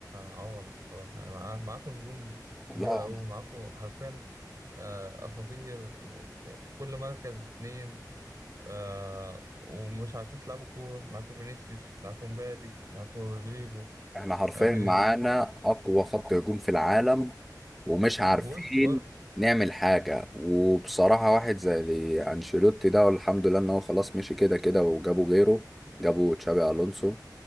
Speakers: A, on the right; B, in the centre.
A: عور الصراحة يعني مع- معاكم نجوم كبيرة
B: لا
A: أوي معاكم حرفيا آه، أساطير وف- في كل مركز اتنين آه، ومش عارفين تلعبوا كورة معاكم فينيسيوس معاكم مبابي معاكم رودريجو
B: احنا حرفيا
A: آه، بيل-
B: معانا اقوى خط هجوم في العالم ومش عارفين
A: ووسط برضه
B: نعمل حاجة وبصراحة واحد زي انشيلوتي ده والحمد لله ان هو خلاص مشي كده كده وجابوا غيره جابوا تشابي الونسو